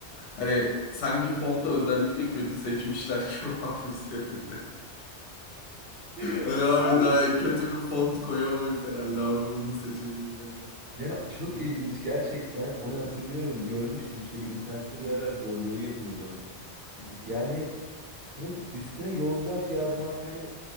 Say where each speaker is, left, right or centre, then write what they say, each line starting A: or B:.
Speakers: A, on the left; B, on the right.
A: Hani sanki fontu özellikle kötü seçmişler gibi <laughs> abi üzerinde.
B: <laughs>
A: Hani abi
B: Abi.
A: daha kötü bir font koyamayız herhalde abi bunu seçelim yani.
B: Yani çok
A: Hı,
B: ilginç gerçekten. Onu
A: e,
B: hatırlıyorum. Görmüştüm şeyde internette
A: hı,
B: bir ara goy goy yapılıyordu onun.
A: hı,
B: Yani Hani üstüne Yozgat yazmak
A: hı.
B: hani